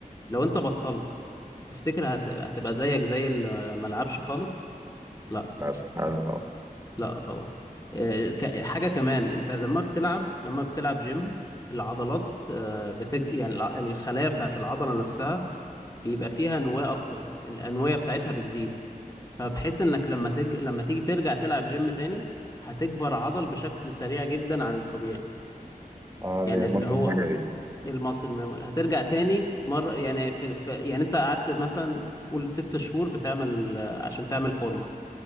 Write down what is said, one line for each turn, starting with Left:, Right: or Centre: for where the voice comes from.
Left: لو انت بطلت تفتكر هت... هتبقى زيك زي اللي ما لعبش خالص لا
Right: بس انا طبعا
Left: لا طبعا آه، ك- حاجة كمان انت لما بتلعب لما بتلعب جيم العضلات آه، بتج... يعني الع- الخلايا بتاعت العضلة نفسها بيبقى فيها نواة اكتر الأنوية بتاعتها بتزيد فبحيث انك لما ترج... لما تيجي ترجع تلعب جيم تاني هتكبر عضل بشكل سريع جدا عن الطبيعي
Right: اه
Left: يعني
Right: لمصر
Left: اللي هو
Right: المغربي دي
Left: المصل memory هترجع تاني مرة يعني في, في يعني انت قعدت مثلا قول ست شهور بتعمل آه، عشان تعمل فورمة